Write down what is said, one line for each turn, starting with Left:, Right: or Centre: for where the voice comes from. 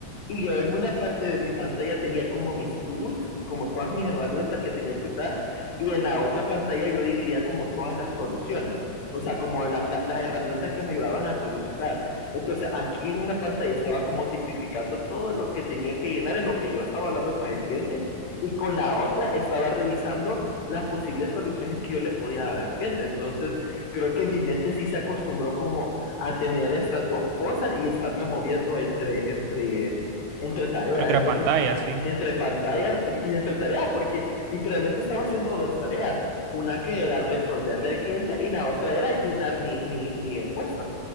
Left: y yo en una parte de mi pantalla tenía como mis tools, como todas mis herramientas que tenía que usar, y en la otra pantalla yo dividía como todas las soluciones, o sea, como la, la, las herramientas que me ayudaban a solucionar. Entonces, aquí en una pantalla estaba como tipificando todo lo que tenía que llenar en lo que yo estaba hablando con el cliente y con la otra estaba revisando las posibles soluciones que yo le podía dar al cliente. Entonces, creo que en mi mente sí se acostumbró como a tener estas dos cosas y estarme moviendo entre, entre, entre tareas.
Right: entre
Left: Entonces,
Right: pantallas, sí.
Left: entre pantallas y y entre tareas, porque literalmente estaba haciendo dos tareas, una que era resolverle al cliente y la otra era llenar mi, mi, mi encuesta.